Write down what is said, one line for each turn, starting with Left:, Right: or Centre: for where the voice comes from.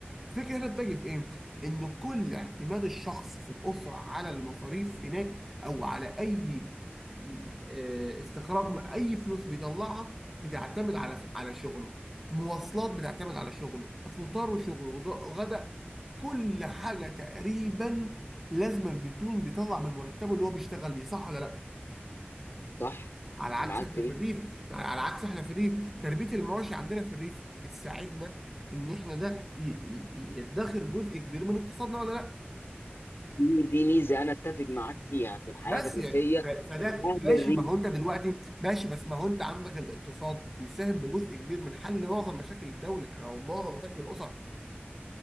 Centre: الفكرة هنا بتجي في إيه؟ إن كل اعتماد الشخص في الأسرة على المصاريف هناك أو على أي م- آه، استخراج من أي فلوس بيطلعها بتعتمد على على شغله مواصلات بتعتمد على شغله فطار وشغله وض- غدا كل حاجة تقريبا لازما بيكون بيطلع من مرتبه اللي هو بيشتغل بيه صح ولا لا
Left: صح
Centre: على عكس
Left: انا معاك
Centre: احنا
Left: في
Centre: في
Left: دي
Centre: الريف على عكس احنا في الريف تربيه المواشي عندنا في الريف بتساعدنا ان احنا ده ي- ي- يدخر جزء كبير من اقتصادنا ولا لا
Left: دي, دي ميزه انا اتفق معاك فيها في الحياه
Centre: بس
Left: الريفيه
Centre: يعني ف- فده
Left: ان اهل
Centre: ماشي
Left: الريف
Centre: ما هو انت دلوقتي ماشي بس ما هو انت عندك الاقتصاد بيساهم بجزء كبير من حل معظم مشاكل الدوله او معظم مشاكل الاسر